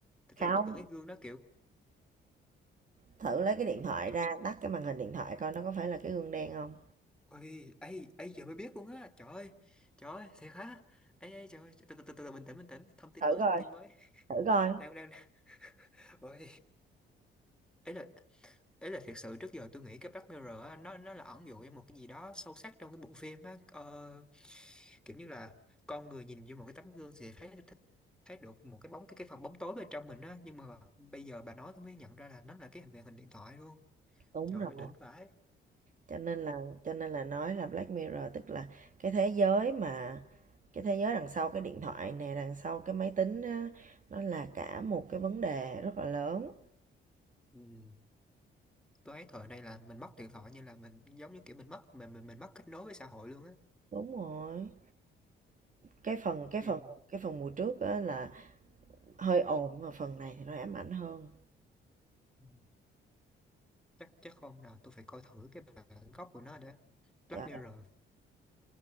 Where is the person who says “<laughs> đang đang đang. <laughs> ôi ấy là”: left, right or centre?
Centre